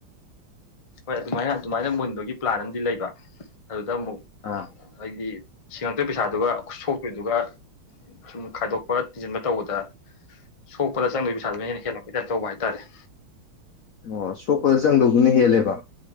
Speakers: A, on the left; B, on the left.
A: ꯍꯣꯏ ꯑꯗꯨꯃꯥꯏꯅ ꯑꯗꯨꯃꯥꯏꯅ ꯃꯨꯟꯕꯒꯤ ꯄ꯭ꯂꯥꯟ ꯑꯃꯗꯤ ꯂꯩꯕ ꯑꯗꯨꯗ ꯑꯃꯨꯛ
B: ꯑꯥ
A: ꯑꯩꯗꯤ ꯁꯤꯡꯉꯛꯇꯣꯏ ꯄꯩꯁꯥꯗꯨꯒ ꯁꯣꯛꯇꯣꯏꯗꯨꯒ ꯁꯨꯝ ꯈꯥꯏꯗꯣꯛꯄ ꯇꯤꯟꯖꯟꯕ ꯇꯧꯕꯗ ꯁꯣꯛꯄꯗ ꯆꯪꯗꯒ꯭ꯔꯤ ꯄꯩꯁꯥꯗꯨꯅ ꯍꯦꯟꯅ ꯍꯦꯜꯂꯛꯄꯩ ꯇꯥꯏꯄ ꯇꯧꯕ ꯍꯥꯏꯇꯥꯔꯦ
B: ꯑꯣ ꯁꯣꯛꯄꯗ ꯆꯪꯗꯧꯗꯨꯅ ꯍꯦꯜꯂꯦꯕ